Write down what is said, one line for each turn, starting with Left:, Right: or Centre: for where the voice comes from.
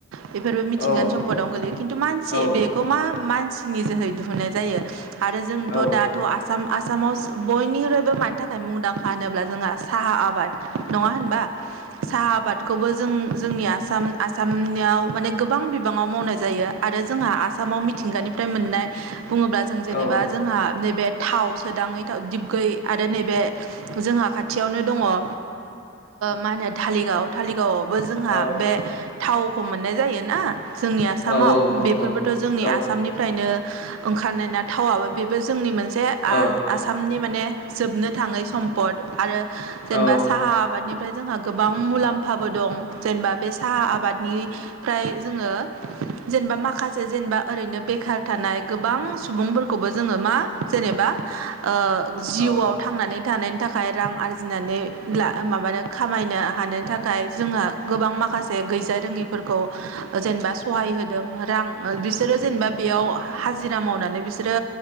Right: बेफोरबो मिथिंगानि
Left: औ
Right: सम्फदावनो गोलैयो खिन्थु मानसि
Left: औ
Right: बेखौ मा मानसिनि जोहै दिहुननाय जायो। आरो जोंथ'
Left: औ
Right: दाथ' आसाम आसामाव बयनिख्रुइबो मानि थाखाय मुंदांखा होनोब्ला जोंहा साहा आबाद नङा होनबा साहा आबादखौबो जों जोंनि आसाम आसामनियाव माने गोबां बिबाङाव मावनाय जायो। आरो जोंहा आसामाव मिथिंगानिफ्राय मोननाय बुङोब्ला जों जेनेबा
Left: औ
Right: जोंहा नैबे थाव सोदाङै थाव दिबगै आरो नैबे जोंहा खाथियावनो दङ ओ मा होनो धालिगाव धालिगावआवबो जोंहा
Left: औ
Right: बे थावखौ मोननाय जायोना जोंनि आसामाव
Left: औ नंगौ
Right: बेफोरबोथ' जोंनि
Left: औ
Right: आसामनिफ्राय नो ओंखारनायना थावआबो बेबो जोंनि मोनसे
Left: औ
Right: आ आसामनि मा ने जोबनो थाङै सम्पद आरो जेनबा
Left: औ
Right: साहा आबादनि फाय जोंहा गोबां मुलाम्फाबो दं जेनेबा बे साहा आबादनि फ्राय जोङो जेनबा माखासे जेनबा ओरैनो बेखार थानाय गोबां सुबुंफोरखौबो जोङो मा जेनेबा ओ जिउआव
Left: औ
Right: थांनानै थानायनि थाखाय रां आरजिनानै ब्ला माबानो खामायनो हानो थाखाय जोंहा गोबां माखासे गैजा रोङिफोरखौ जेनेबा सहाय हो दों रां ओ बिसोरो जेनेबा बेयाव हाजिरा मावनानै बिसोरो